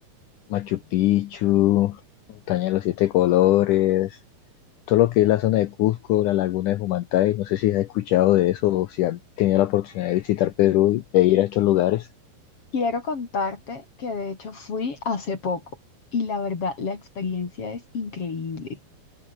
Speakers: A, on the left (about 80°); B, on the left (about 40°).
A: Machu Picchu, Montaña de los Siete Colores, todo lo que es la zona de Cusco, la laguna de Humantay, no sé si has escuchado de eso o si has tenido la oportunidad de visitar Perú e ir a estos lugares.
B: Quiero contarte que de hecho fui hace poco y la verdad la experiencia es increíble.